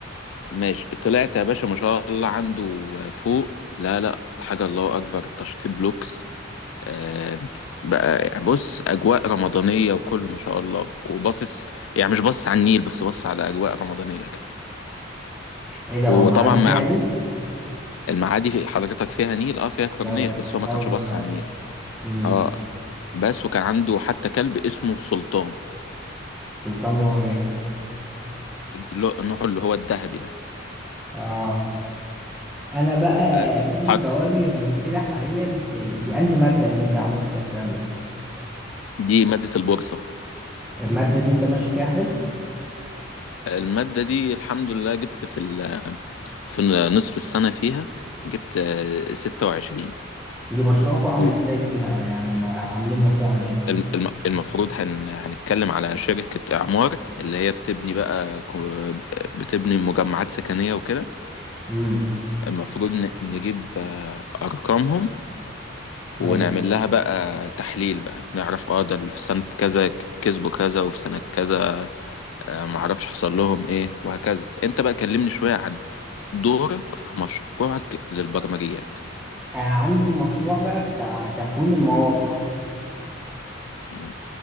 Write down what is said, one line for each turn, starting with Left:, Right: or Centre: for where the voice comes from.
Left: ماشي طلعت يا باشا ما شاء الله عنده فوق لا لا حاجة الله أكبر تشطيب لوكس آه بقى يعني بص أجواء رمضانية وكله ما شاء الله وباصص يعني مش باصص على النيل بس باصص على أجواء رمضانية كده
Centre: إيه ده
Left: وطبعا
Centre: هو المعادي
Left: مع
Centre: فيها نيل
Left: المعادي في- حضرتك فيها نيل اه فيها كورنيش
Centre: لا والله
Left: بس هو ما
Centre: أول
Left: كانش
Centre: مرة
Left: باصص
Centre: أعرف
Left: على النيل
Centre: امم
Left: اه بس وكان عنده حتى كلب اسمه سلطان
Centre: سلطان هو إيه
Left: لو- نوعه اللي هو الذهبي ده
Centre: آه أنا بقى
Left: بس
Centre: في
Left: حاجة
Centre: بواجه مشكلة حاليا في دي أنهي مادة اللي أنت عملت فيها الكلام ده
Left: دي مادة البورصة
Centre: المادة دي أنت ماشي فيها حلو
Left: المادة دي الحمد لله جبت في ال في نصف السنة فيها جبت ستة وعشرين
Centre: دي مشروعكم عامل
Left: والم-
Centre: إزاي فيها يعني ما- عاملين مشروع عن إيه
Left: الم- المفروض هن هنتكلم على شركة إعمار اللي هي بتبني بقى كو- بتبني مجمعات سكنية وكده
Centre: امم
Left: المفروض ن- نجيب آه، أرقامهم ونعمل
Centre: ايوه
Left: لها بقى تحليل بقى نعرف اه ده اللي في سنة كذا ك- كسبوا كذا وفي سنة كذا آه، معرفش حصل لهم ايه وهكذا انت بقى كلمني شوية عن دورك في مشروعك للبرمجيات
Centre: آه عندي مشروع بقى بتاع تكوين المواقع
Left: مم.